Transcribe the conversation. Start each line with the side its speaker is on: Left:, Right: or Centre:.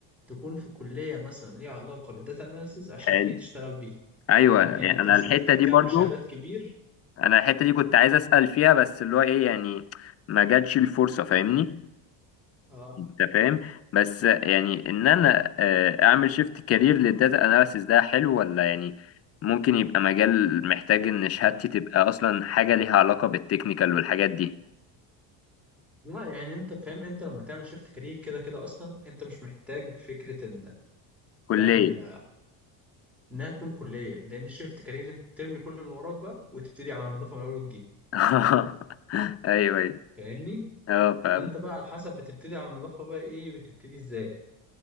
Centre: تكون في كليه مثلا ليها علاقه بالداتا اناليسز عشان
Left: حلو
Centre: ايه تشتغل بيها
Left: ايوه
Centre: فاهمني
Left: يعني
Centre: يعني انت
Left: انا
Centre: مش
Left: الحته
Centre: محتاج
Left: دي
Centre: كم
Left: برضو
Centre: شهادات كبير
Left: انا الحته دي كنت عايز اسال فيها بس اللي هو ايه يعني ما جاتش الفرصه فاهمني
Centre: اه
Left: انت فاهم بس يعني ان انا آه، اعمل شيفت كارير للداتا اناليسيس ده حلو ولا يعني ممكن يبقى مجال محتاج ان شهادتي تبقى اصلا حاجه ليها علاقه بالتكنيكال والحاجات دي
Centre: لا يعني انت فاهم انت لما تعمل شيفت كارير كده كده اصلا انت مش محتاج فكره ان
Left: كليه
Centre: تعمل انها تكون كليه لان الشيفت كارير انت بترمي كل اللي وراك بقى وتبتدي على نظافه من اول وجديد
Left: <laughs> ايوه ايوه
Centre: فاهمني
Left: اه فاهم
Centre: فانت بقى على حسب بتبتدي على نظافه بقى ايه بتبتدي ازاي